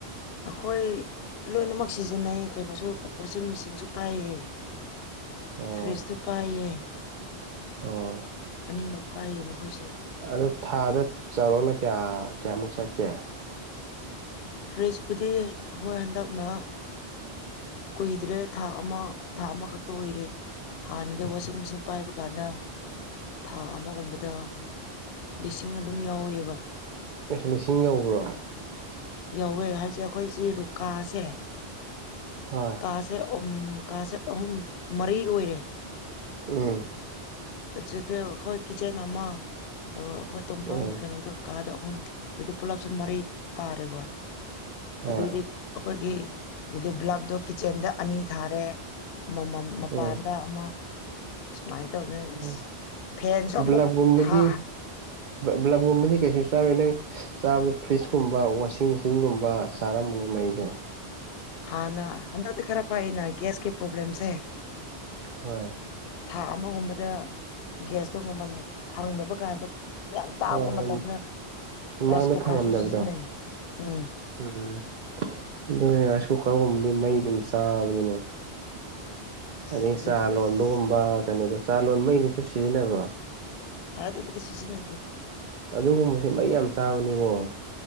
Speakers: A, on the left; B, on the right.
A: ꯑꯩꯈꯣꯏ ꯂꯣꯏꯅꯃꯛ ꯁꯤꯖꯤꯟꯅꯩ ꯀꯩꯅꯣꯁꯨ ꯋꯥꯆꯤꯡ ꯃꯦꯆꯤꯟꯁꯨ ꯄꯥꯏꯌꯦ
B: ꯑꯣ
A: ꯐ꯭ꯔꯤꯖꯇꯨ ꯄꯥꯏꯌꯦ
B: ꯑꯣ
A: ꯑꯅꯤꯃꯛ ꯄꯥꯏꯌꯦꯕ ꯑꯈꯣꯏꯁꯦ
B: ꯑꯗꯣ ꯊꯥꯗ ꯆꯥꯎꯔꯥꯛꯅ ꯀꯌꯥ ꯀꯌꯥꯃꯨꯛ ꯆꯠꯀꯦ
A: ꯐ꯭ꯔꯤꯖꯄꯨꯗꯤ ꯑꯩꯈꯣꯏ ꯍꯟꯗꯛꯅ ꯀꯨꯏꯗ꯭ꯔꯦ ꯊꯥ ꯑꯃ ꯊꯥ ꯑꯃꯈꯛꯇ ꯑꯣꯏꯔꯦ ꯍꯥꯟꯅꯗꯤ ꯋꯥꯆꯤꯡ ꯃꯦꯆꯤꯟ ꯄꯥꯏꯕ ꯀꯥꯟꯗ ꯊꯥ ꯑꯃꯒꯨꯝꯕꯗ ꯂꯤꯁꯤꯡ ꯑꯗꯨꯝ ꯌꯥꯎꯋꯦꯕ
B: ꯑꯦꯁ ꯂꯤꯁꯤꯡ ꯌꯧꯕ꯭ꯔꯣ
A: ꯌꯧꯋꯦ ꯍꯥꯏꯁꯦ ꯑꯩꯈꯣꯏꯁꯤ ꯔꯨꯀꯥꯁꯦ
B: ꯍꯣꯏ
A: ꯀꯥ ꯁꯦ ꯑꯨꯝ ꯀꯥꯁꯦ ꯑꯍꯨꯝ ꯃꯔꯤ ꯑꯣꯏꯔꯦ
B: ꯎꯝ
A: ꯍꯧꯖꯤꯛꯀꯤꯑꯣ ꯑꯩꯈꯣꯏ ꯀꯤꯠꯆꯟ ꯑꯃ ꯑꯗꯨꯒ ꯑꯩꯈꯣꯏ ꯇꯨꯝꯐꯝꯒꯤ
B: ꯎꯝ
A: ꯀꯩꯅꯣꯗꯣ ꯀꯥꯗ ꯑꯍꯨꯝ ꯗꯨꯗꯤ ꯄꯨꯂꯞꯁꯦ ꯃꯔꯤ ꯇꯥꯔꯦꯕ
B: ꯍꯣꯏ
A: ꯑꯗꯨꯗꯤ ꯑꯩꯈꯣꯏꯒꯤ ꯑꯗꯨꯗꯤ ꯕ꯭ꯂꯞꯗꯣ ꯀꯤꯠꯆꯟꯗ ꯑꯅꯤ ꯊꯥꯔꯦ ꯑꯃꯝꯃꯝ ꯃꯄꯥꯟꯗ
B: ꯎꯝ
A: ꯑꯃ ꯁꯨꯃꯥꯏ ꯇꯧꯗꯅ
B: ꯎꯝ
A: ꯐꯦꯟꯁꯨ ꯑꯃꯨꯛ
B: ꯕ꯭ꯂꯞꯒꯨꯝꯕꯗꯤ
A: ꯊꯥ
B: ꯕ꯭ꯂꯞꯒꯨꯝꯕꯗꯤ ꯀꯩꯁꯨ ꯆꯥꯔꯣꯏ ꯅꯪ ꯆꯥꯕꯗ ꯐ꯭ꯔꯤꯖꯀꯨꯝꯕ ꯋꯥꯁꯤꯡ ꯃꯦꯆꯤꯟꯒꯨꯝꯕ ꯆꯥꯔꯝꯕꯅꯤ ꯃꯩꯗꯣ
A: ꯍꯥꯟꯅ ꯍꯟꯗꯛꯇꯤ ꯈꯔ ꯐꯩꯅ ꯒꯦꯁꯀꯤ ꯄ꯭ꯔꯣꯕ꯭ꯂꯦꯝꯁꯦ
B: ꯍꯣꯏ
A: ꯊꯥ ꯑꯃꯒꯨꯝꯕꯗ ꯒ꯭ꯌꯥꯁꯇꯣ ꯃꯃꯜ ꯐꯪꯗꯕ ꯀꯥꯟꯗ ꯌꯥꯝ ꯇꯥꯡꯕ
B: ꯍꯣꯏ ꯍꯣꯏ
A: ꯃꯇꯝꯗ
B: ꯃꯃꯥꯡꯗ
A: ꯔꯥꯏꯁ ꯀꯨꯀꯔꯁꯨ
B: ꯐꯪꯉꯝꯗꯕꯗꯣ
A: ꯁꯤꯖꯤꯟꯅꯩ ꯎꯝ
B: ꯎꯝ ꯑꯗꯨꯒ ꯔꯥꯏꯁ ꯀꯨꯀꯔꯒꯨꯝꯕꯗꯤ ꯃꯩ ꯑꯗꯨꯝ ꯆꯥꯕꯅꯤꯅꯦ
A: ꯑꯁ
B: ꯑꯗꯒꯤ
A: ꯑꯗꯨꯒꯤ
B: ꯆꯥ ꯂꯣꯟꯕꯒꯨꯝꯕ
A: ꯑꯁ
B: ꯀꯩꯅꯣꯗꯣ ꯆꯥ ꯂꯣꯟꯕꯒꯤꯗꯤꯁꯨ ꯁꯤꯖꯤꯟꯅꯕ꯭ꯔꯣ
A: ꯍꯥ ꯑꯗꯨꯕꯨꯗꯤ ꯁꯤꯖꯤꯟꯅꯗꯦ
B: ꯑꯗꯨꯒꯨꯝꯕꯁꯦ ꯃꯩ ꯌꯥꯝ ꯆꯥꯕꯅꯦꯀꯣ